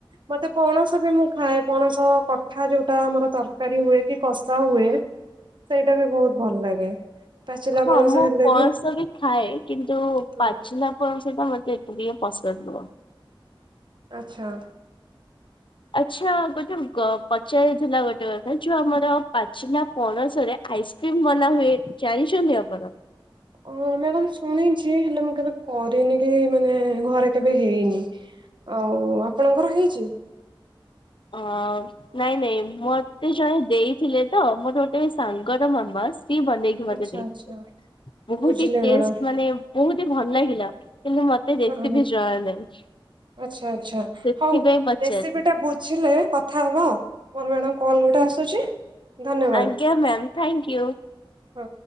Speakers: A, on the right (about 60°); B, on the left (about 65°).
A: ମତେ ପଣସ ବି ମୁଁ ଖାଏ ପଣସ କଠା ଯୋଉଟା ଆମର ତରକାରୀ ହୁଏ କି କଷା ହୁଏ। ସେଇଟା ବି ବହୁତ୍ ଭଲ ଲାଗେ। ପାଚିଲା
B: ହଁ
A: ପଣସ
B: ମୁଁ
A: ହେଲେ
B: ପଣସ ବି ଖାଏ କିନ୍ତୁ
A: ହୁଁ
B: ପାଚିଲା ପଣସ ଟା ମତେ ଏତେ ଟିକେ ପସନ୍ଦ ନୁହଁ।
A: ଆଚ୍ଛା।
B: ଆଚ୍ଛା ଗୋଟେ ପଚାରିଥିଲା ଗୋଟେ କଥା ଯୋଉ ଆମର ପାଚିଲା ପଣସରେ ଆଇସ୍ କ୍ରିମ୍ ବନା ହୁଏ ଜାଣିଛନ୍ତି ଆପଣ?
A: ଓ ମ୍ୟାଡ଼ାମ ଶୁଣିଛି ହେଲେ ମୁଁ କେବେ କରିନି କି ମାନେ ଘରେ କେବେ ହେଇନି। ଆଉ ଆପଣଙ୍କର ହେଇଛି?
B: ହଁ। ନାଇଁ ନାଇଁ ମତେ ଜଣେ ଦେଇଥିଲେ ତ ମୋର ଗୋଟେ ସାଙ୍ଗର ମାମା ସିଏ ବନେଇ ମତେ
A: ଆଚ୍ଛା
B: ଦେଇଥିଲେ
A: ଆଚ୍ଛା
B: ବହୁତ୍
A: ବୁଝିଲେ
B: ହିଁ ଟେଷ୍ଟ୍
A: ମ୍ୟାଡାମ
B: ମାନେ ବହୁତ୍ ହିଁ ଭଲ ଲାଗିଲା କିନ୍ତୁ ମ ମତେ ରେସିପି
A: ହୁଁ
B: ଜଣା ନାହିଁ
A: ଆଚ୍ଛା ଆଚ୍ଛା
B: ସେଥିପାଇଁ
A: ହଉ
B: ପଚାରିଲି।
A: ରେସିପି ଟା ବୁଝିଲେ କଥା ହବା ଆଉ ମୋର ମ୍ୟାଡ଼ାମ୍ କଲ ଗୋଟେ ଆସୁଛି। ଧନ୍ୟବାଦ
B: ଆଜ୍ଞା ମ୍ୟାମ୍ ଥ୍ୟାଙ୍କୟୁ।
A: ହଁ।